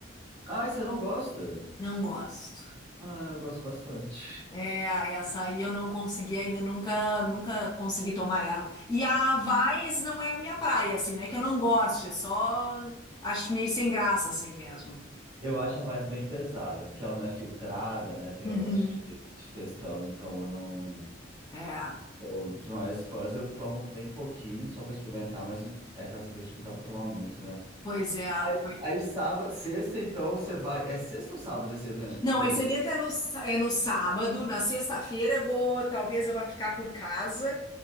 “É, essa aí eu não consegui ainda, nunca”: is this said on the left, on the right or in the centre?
Left